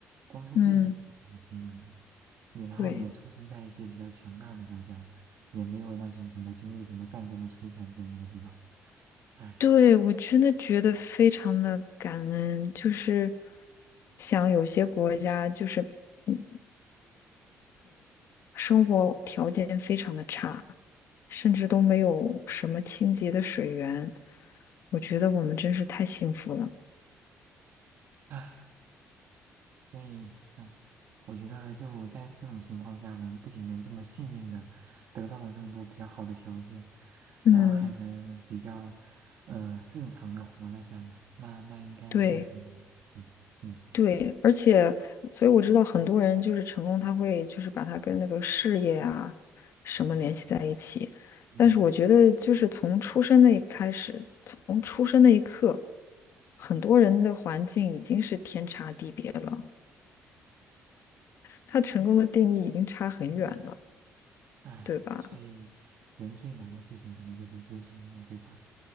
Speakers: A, on the right; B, on the left.
A: 光是这一点就已经很幸运了。
B: 嗯
A: 也然后也出生在一些比较强大的国家，
B: 对
A: 也没有那种什么经历什么战争的摧残之类的，对吧？哎，
B: 对，我真的觉得非常的感恩，就是像有些国家，就是嗯，生活条件非常的差，甚至都没有什么清洁的水源，我觉得我们真是太幸福了。
A: 唉所以，哎，我觉得就在这种情况下，我们不仅能这么幸运的得到了这么多比较好的条件，
B: 嗯。
A: 然后还能比较呃正常的活了下来，那那应该算成功对，
B: 对
A: 嗯
B: 对，而且，所以我知道很多人就是成功，
A: 嗯
B: 他会就是把他跟那个事业啊什么联系在一起。
A: 嗯嗯
B: 但是我觉得，就是从出生那一开始，从出生那一刻，很多人的环境已经是天差地别了，他成功的定义已经差很远了，
A: 嗯，哎，
B: 对吧？
A: 所以人最难的事情可能就是知足了，对吧？